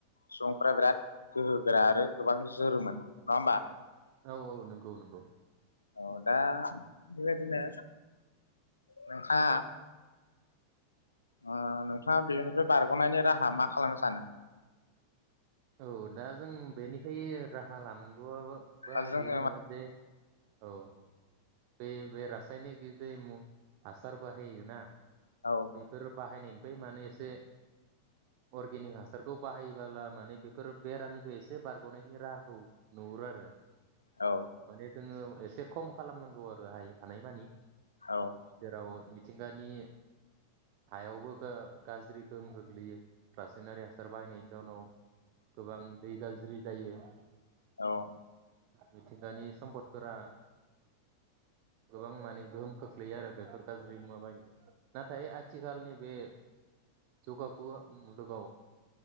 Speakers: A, on the left; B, on the right.
A: सम- फोरा बिराद गोहोगोरा आरो गोबां जोरोमोन नङा होमबा।
B: औ औ नंगौ नंगौ
A: अ दा बिबादिनो नोंहा अ नोंथाङा बेनिफ्राय बारग'नायनि राहा मा खालामनो सानो?
B: औ दा जों बेनिफाय राहा लानांगौआबो बा
A: दा जोङो
B: बेनो जे औ बे बे रासायनिक गैजायि म हासार बाहायोना
A: औ
B: बेफोर बाहायनाय बै माने एसे अर्गेनिक हासारखौ बाहायोबाला माने बेफोर बेरामनिफ्राय एसे बारग'नायनि राहाखौ नुहुरो आरो।
A: औ
B: माने जोङो एसे खम खालामनांगौ आरो हायि हानायमानि।
A: औ
B: जेराव मि थिंगानि हायावबो गाज्रि गोहोम गोग्लैयो रासायनारि हासार बाहायनायनि जाउनाव गोबां दै गाज्रि जायो।
A: औ
B: मिथिंगानि सम्फदफोरा गोबां माने गोहोम खोख्लैयो आरो बेफोर गाज्रि मुवा बायदि नाथाय आथिखालनि बे जौगाफु मुलुगाव